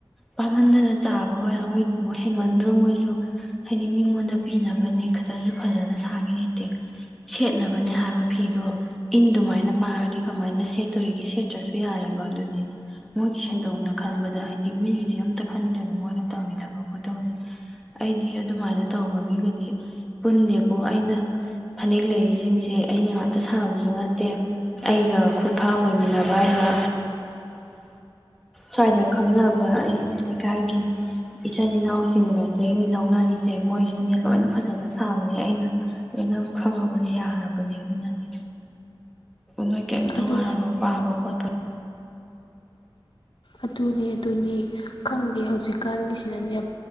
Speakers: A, in the centre; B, on the left.
A: ꯄꯥꯝꯍꯟꯗꯅ ꯆꯥꯕꯒ ꯌꯥꯎꯋꯦꯗꯨꯕꯨ ꯍꯦꯃꯟꯗ꯭ꯔꯣ ꯃꯣꯏꯁꯨ ꯍꯥꯏꯗꯤ ꯃꯤꯉꯣꯟꯗ ꯄꯤꯅꯕꯅꯦ ꯈꯤꯇꯁꯨ ꯐꯖꯅ ꯁꯥꯈꯤ ꯂꯩꯇꯦ ꯁꯦꯠꯅꯕꯅꯦ ꯍꯥꯏꯕ ꯐꯤꯗꯣ ꯏꯟ ꯑꯗꯨꯃꯥꯏꯅ ꯄꯥꯔꯗꯤ ꯀꯃꯥꯏꯅ ꯁꯦꯠꯇꯣꯔꯤꯒꯦ ꯁꯦꯠꯇ꯭ꯔꯁꯨ ꯌꯥꯔꯦꯕ ꯑꯗꯨꯗꯤ ꯃꯣꯏꯒꯤ ꯁꯦꯟꯗꯣꯡꯗ ꯈꯟꯕꯗ ꯍꯥꯏꯗꯤ ꯃꯤꯒꯤꯗꯤ ꯑꯝꯇ ꯈꯟꯗ꯭ꯔꯦꯗ ꯃꯣꯏꯅ ꯇꯧꯔꯤ ꯊꯕꯛ ꯈꯣꯠꯇꯕꯁꯦ ꯑꯩꯗꯤ ꯑꯗꯨꯃꯥꯏꯅ ꯇꯧꯕ ꯃꯤꯒꯗꯤ ꯄꯨꯟꯗꯦꯀꯣ ꯑꯩꯅ ꯐꯅꯦꯛ ꯂꯩꯔꯤꯁꯤꯡꯁꯦ ꯑꯩꯅ ꯉꯥꯛꯇ ꯁꯅꯕꯁꯨ ꯅꯠꯇꯦ ꯑꯩꯒ ꯈꯨꯠꯐꯥ ꯑꯣꯏꯃꯤꯟꯅꯕ ꯑꯩꯒ ꯁ꯭ꯋꯥꯏꯗ ꯈꯪꯅꯕ ꯑꯩ ꯂꯩꯀꯥꯏꯒꯤ ꯏꯆꯤꯟ ꯏꯅꯥꯎꯁꯤꯡꯒꯗꯒꯤꯅꯤ ꯂꯧꯅꯔꯤꯁꯦ ꯃꯣꯏꯁꯨꯅꯦ ꯂꯣꯏꯅ ꯐꯖꯅ ꯁꯥꯕꯅꯦ ꯑꯩꯅ ꯂꯣꯏꯅ ꯈꯪꯉꯕꯅꯦ ꯌꯥꯔꯕꯅꯦ ꯑꯗꯨꯅꯅꯦ ꯅꯣꯏ ꯀꯩꯝꯇꯉꯥꯏꯔꯅꯣ
B: ꯑꯗꯨ
A: ꯄꯥꯕ ꯈꯣꯠꯄ
B: ꯑꯗꯨꯅꯦ ꯑꯗꯨꯅꯤ ꯈꯪꯗꯦ ꯍꯧꯖꯤꯛꯀꯥꯟꯒꯤꯁꯤꯅꯅꯦ